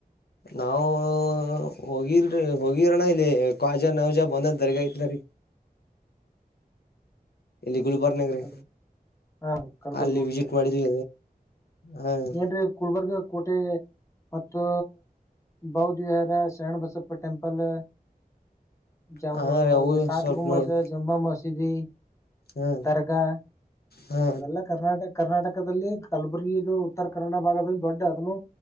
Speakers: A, on the left; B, on the left.
A: ನಾವು ಹೋಗಿಲ್ರಿ ಹೋಗಿರೋಣ ಇಲ್ಲಿ ಕ್ವಾಜ ನೌಜ ಬಂದದ ದರ್ಗ ಏತ್ಲರೀ ಇಲ್ಲಿ. ಗುಲ್ಬರ್ನಾಗ್ರಿ
B: ಹಲೋ ಹಾ ಕಲ್ಬರ್ಗ
A: ಅಲ್ಲಿ
B: ಹೋಗಿದ್ರೀ
A: ವಿಸಿಟ್ ಮಾಡಿದ್ವಿ ಹಾ
B: ಏನ್ರೀ ಗುಲ್ಬರ್ಗ ಕೋಟೆ ಮತ್ತು ಬೌಧ್ವಿಹಾರ ಶರಣಬಸಪ್ಪ ಟೆಂಪಲು ಜಾಮು
A: ಹಾ ರೀ ಅವು
B: ಸಾತ್
A: ಸ್ವಲ್ಪ
B: ಗುಂಭಸ್ಸು
A: ನೋಡ್
B: ಜಮ್ಮ ಮಸ್ ತಿದ್ವಿ.
A: ಹಾ
B: ದರ್ಗಾ
A: ಹಾ
B: ಇವೆಲ್ಲ ಕರ್ನಾಟಕ್- ಕರ್ನಾಟಕದಲ್ಲಿ ಕಲ್ಬುರಗಿದು ಉತ್ತರ ಕನ್ನಡ ಭಾಗದಲ್ಲಿ ದೊಡ್ಡ ಅದನ್ನು